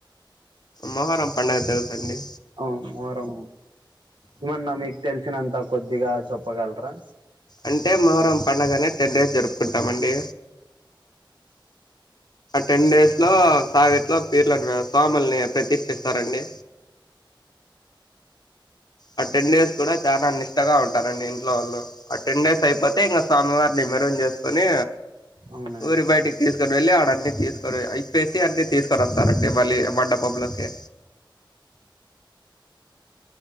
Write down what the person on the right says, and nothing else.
అవు మొహరం ఇవన మీకు తెల్సినంతా కొద్దిగా చొప్పగల్రా
అవునండి